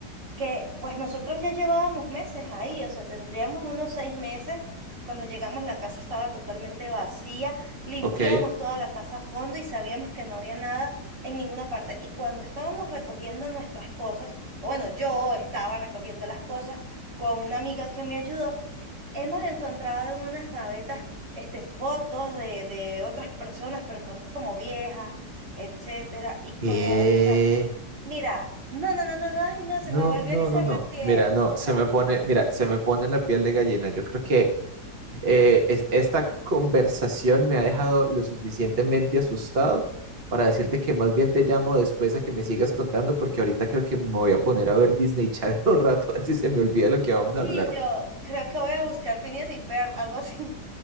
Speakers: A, on the right; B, on the right.
A: que pues nosotros ya llevábamos meses ahí, o sea, tendríamos unos seis meses. Cuando llegamos la casa estaba totalmente vacía, limpiamos
B: ok.
A: toda la casa a fondo y sabíamos que no había nada en ninguna parte. Y cuando estábamos recogiendo nuestras cosas, o bueno, yo estaba recogiendo las cosas con una amiga que me ayudó, hemos encontrado en unas gavetas este, fotos de, de otras personas, pero fotos como viejas, etcétera. Y
B: ¿Qué?
A: como, o sea, Mira, no, no, no, no, no, ay, no,
B: No,
A: se me volvió
B: no,
A: a erizar
B: no, no.
A: la piel.
B: Mira, no,
A: O
B: se
A: sea,
B: me pone, mira, se me pone la piel de gallina. Yo creo que eh, es- esta conversación me ha dejado lo suficientemente asustado para decirte que más bien te llamo después a que me sigas contando, porque ahorita creo que me voy a poner a ver Disney Channel <laughs> un rato, a ver si se me olvida lo que vamos a
A: sí,
B: hablar.
A: yo creo que voy a buscar Phineas y Ferb, algo así,